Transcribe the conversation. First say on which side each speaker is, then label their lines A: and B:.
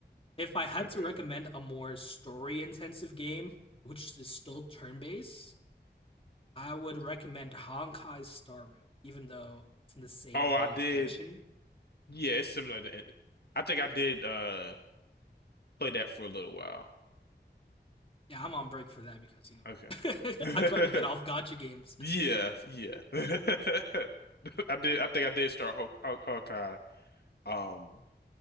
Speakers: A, on the left; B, on the left.
A: if I had
B: Okay.
A: to recommend a more story intensive game, which is still turn based, I would recommend Honkai Star Rail, even though it's in the same
B: Oh,
A: vein
B: I did.
A: as Genshin.
B: Yeah, it's similar to. I think I did uh play that for a little while.
A: Yeah, I'm on break for that because you know
B: Okay.
A: <laughs> I'm trying to get off
B: <laughs>
A: gotcha games.
B: Yeah, yeah. <laughs> I did. I think I did start Haw- Haw- Hawkeye. Um,